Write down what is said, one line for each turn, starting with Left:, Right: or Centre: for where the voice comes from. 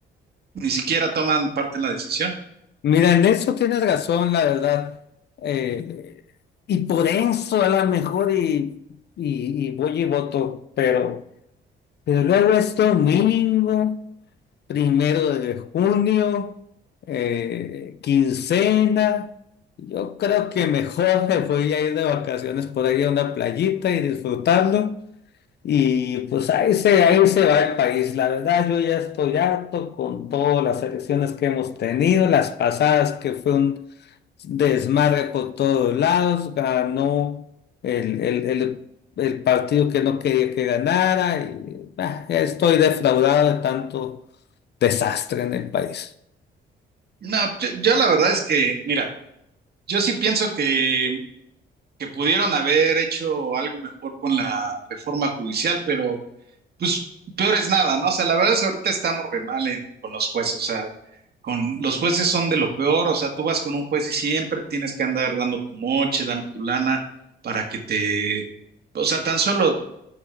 Right: ni siquiera toman parte en la decisión.
Left: Mira, en eso tienes razón, la verdad. Eh, y por eso a lo mejor y, y, y voy y voto, pero, pero luego es domingo. primero de junio, eh, quincena. Yo creo que mejor <laughs> me voy a ir de vacaciones por ahí a una playita y disfrutarlo. Y pues ahí se, ahí se va el país. La verdad, yo ya estoy harto con todas las elecciones que hemos tenido, las pasadas que fue un desmadre por todos lados, ganó el, el, el, el partido que no quería que ganara. Y, bah, ya estoy defraudado de tanto desastre en el país.
Right: No, yo, yo la verdad es que, mira, yo sí pienso que, que pudieron haber hecho algo mejor con la reforma judicial, pero pues peor es nada, ¿no? O sea, la verdad es que ahorita estamos re mal en- con los jueces, o sea, con los jueces son de lo peor, o sea, tú vas con un juez y siempre tienes que andar dando tu moche, dando tu lana para que te, o sea, tan solo